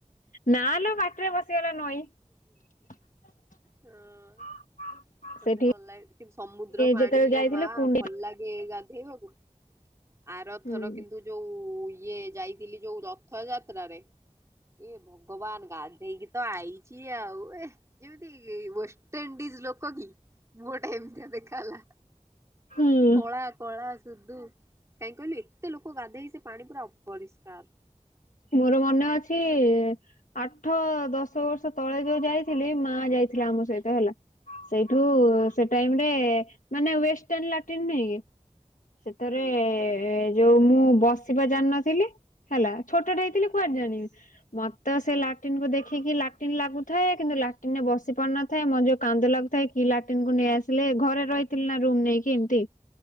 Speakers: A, on the left; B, on the right.
A: ନଁଲୋ ପାଟିରେ ପସି <inaudible>
B: ହଁ। ମତେ
A: ସେଠିକି
B: ଭଲ ଲାଗେ କି ସମୁଦ୍ର ପାଣି
A: ଯେତେବେଳେ
B: ଲୋ
A: ଯାଇଥିଲେ
B: ମା
A: କୁଣ୍ଡେଇ
B: ଭଲ ଲାଗେ ଗାଧେଇବାକୁ। ଆର
A: ହୁଁ।
B: ଥର କିନ୍ତୁ ଯୋଉ ଇଏ ଯାଇଥିଲି ଯୋଉ ର ଥ ଯାତ୍ର ରେ ଏ ଭଗବାନ ଗାଧେଇକି ତ ଆଇଛି ଆଉ ଏ ଯେମିତି ୱଷ୍ଟଇଣ୍ଡିଜ ଲୋକ କି ମୁଁହ ଟା ଏମିତିଆ ଦେଖଗଲା
A: ହୁଁ।
B: କଳା କଳା ସୁଧୁ କାହିଁ କହିଲୁ ଏତେ ଲୋକ ଗାଧେଇ ସେ ପାଣି ପୁରା ଅପରିଷ୍କାର।
A: ମୋର ମନେ ଅଛି ଆଠ ଦଶ
B: ହୁଁ
A: ବର୍ଷ ତଳେ ଯୋଉ ଯାଇଥିଲି ମା ଯାଇଥିଲା ଆମ ସହିତ
B: ହୁଁ
A: ହେଲା ସେଇଠୁ
B: ହୁଁ
A: ସେ ଟାଇମ୍ ରେ ମାନେ ୱେଷ୍ଟୱାର ଲାଟିନ ନାହିଁକି ସେଥିରେ
B: ହୁଁ ହୁଁ
A: ଯୋଉ ମୁଁ ବସିବା ଜାଣିନଥିଲି ହେଲା ଛୋଟଟା ହେଇଥିଲି
B: ହୁଁ
A: କୁଆଡେ ଜାଣିବି ମତେ ତ ସେ
B: ହୁଁ
A: ଲାଟିନ କୁ ଦେଖିକି ଲାଟିନ୍ ଲାଗୁଥାଏ କିନ୍ତୁ ଲାଟ୍ରିନ ରେ ବସି ପାରୁିନଥାଏ ମଞ୍ଜ କାନ୍ଦ ଲାଗୁଥାଏ। କି ଲାଟିନ କୁ ନେଇ ଆସିଲେ ଘରେ ରହିଥିଲି ନା ରୁମ ନେଇକି ଏମିତି